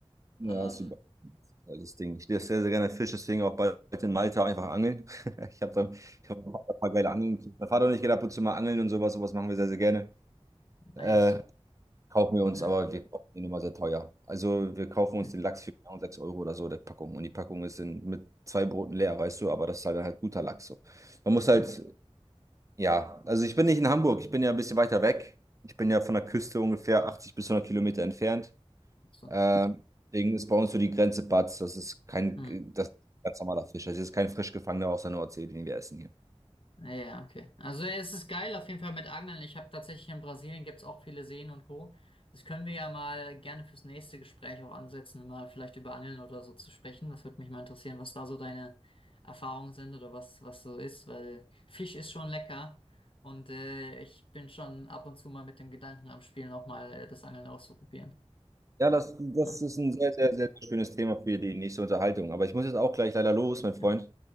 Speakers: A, on the right (about 30°); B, on the left (about 55°).
A: Ja,
B: Ähm,
A: ist überall das Ding. Ich lese sehr, sehr gerne Fisch, deswegen auch bald in Malta einfach angeln. <laughs> Ich habe da ich hab da ein paar geile Angeln. gekriegt. Mein Vater und ich gehen ab und zu mal angeln und sowas. Sowas machen wir sehr, sehr gerne. Äh,
B: nice.
A: kaufen wir uns,
B: Ja,
A: aber wir kaufen ihn immer sehr teuer. Also wir kaufen uns
B: ja,
A: den Lachs für genau 6 Euro oder so, der Packung. Und die Packung ist in, mit zwei Broten leer, weißt du, aber das ist halt, halt guter Lachs. So. Man muss halt,
B: ja.
A: ja, also ich bin nicht in Hamburg, ich bin ja ein bisschen weiter weg. Ich bin ja von der Küste ungefähr 80 bis 100 Kilometer entfernt.
B: So.
A: Äh, deswegen ist bei uns so die Grenze Batz. Das ist kein,
B: Hm.
A: das ist ein ganz normaler Fisch. Das ist kein frisch gefangener aus der Nordsee, den wir essen hier.
B: Ah Ja, okay. Also ja, es ist geil auf jeden Fall mit Angeln. Ich habe tatsächlich in Brasilien gibt's auch viele Seen und Co. Das können wir ja mal gerne fürs nächste Gespräch auch ansetzen, mal vielleicht über Angeln oder so zu sprechen. Das würde mich mal interessieren, was da so deine Erfahrungen sind oder was, was so ist, weil Fisch ist schon lecker und äh, ich bin schon ab und zu mal mit dem Gedanken am Spielen auch mal äh, das Angeln auszuprobieren.
A: Ja, das, das
B: Ah,
A: ist ein sehr, sehr, sehr schönes Thema für die nächste Unterhaltung. Aber ich muss jetzt auch gleich leider los, mein Freund.
B: ja,